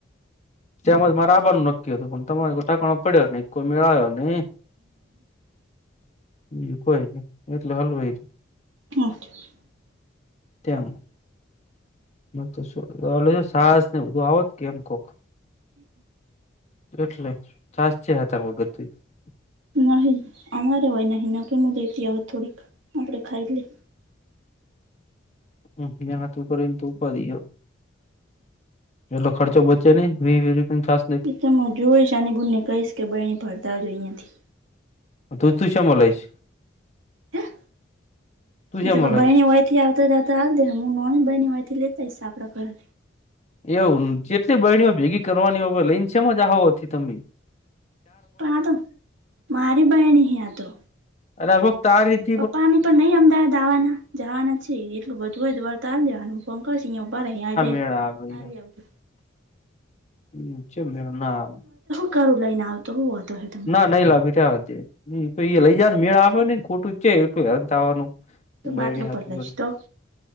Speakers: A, on the left; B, on the right.
A: અમેતો બરાબરનું નક્કી હતું પણ તમારે કોઈ ઠેકાણો પડ્યો નહી કોઈ મેળ્યો નહી. બીજ કોઈ એટલે એવું એ.
B: <unintelligible>
A: તેમ. તો સાસને બધું <unintelligible> કેમ કહો. એટલે છાશ <unintelligible>
B: નહી, અમારે હોય નહી, ના કે હું દેતી આપણે ખાઈ લઇએ થોડીક આપણે ખાઈ લેય.
A: એકબીજા રહીને <unintelligible> એટલે ખર્ચ બચે ને વીસ-વીસ રૂપિયાની છાશ.
B: એ ત હું જોઈશ આની બેનને કહીશ કે બેન ફરતા અહીંયાથી.
A: તું શેમાં લઈશ?
B: હું?
A: તું શેમાં
B: એ તો બરણી
A: લઈશ
B: હોય, અયથી આવતા જ રેવાદે હું નોની બની એ તો હિસા આપણા કરી
A: એવું કેટલી બરણીઓ ભેગી કરવાની હોય લઈને શેમાં જવાનુ તો?
B: પણ આ તો, મારી બાળણી આ તો.
A: લગભગ તારી જ
B: પપ્પા ને પણ નહી અમદાવાદ આવવાના જવાના છે, એટલું બધું જ વળતા આવી દેવા ફોન કરશે અહીંયા ઉભા રેય અહીં જાય.
A: ખરાબ
B: આ લય આવજો.
A: હમ્મ, શબગણના
B: ક્યુ લઈને આવતો હવે હતો.
A: હા નઈ લેય, ભેટા લઈ જને મેળામાં આવે ને ખોટું છે એટલું અંત આવવાનું.
B: તો
A: બેડી
B: બાટલો
A: હથું
B: પર લઈશ તો